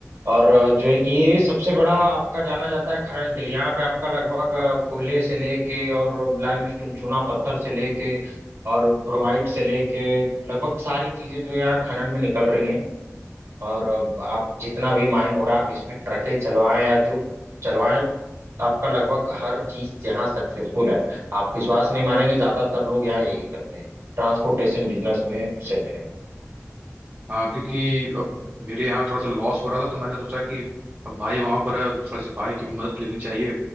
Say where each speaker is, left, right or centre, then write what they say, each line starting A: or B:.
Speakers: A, on the right; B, on the right.
A: और अ, जो है कि ये सबसे बड़ा आपका जाना जाता है खनन के लिए यहाँ पे आपका लगभग अ, कोयले से लेके और लाइमस्टोन चूना पत्थर से लेके और ब्रोमाइट से लेके लगभग सारी चीजें जो यहाँ खनन में निकल रही हैं और अब आप जितना भी माइन हो रहा है आप इसमें ट्रकें चलवाएं या जो चलवाएं आपका लगभग हर चीज यहाँ सक्सेसफुल है आप विश्वास नहीं मानेंगे ज्यादातर लोग यहाँ यही करते हैं ट्रांसपोर्टेशन बिजनेस में सेट है
B: हाँ क्योंकि अब मेरे यहाँ थोड़ा सा लॉस हो रहा था तो मैंने सोचा कि अब भाई वहाँ पर है थोड़ा सी भाई की मदद लेनी चाहिए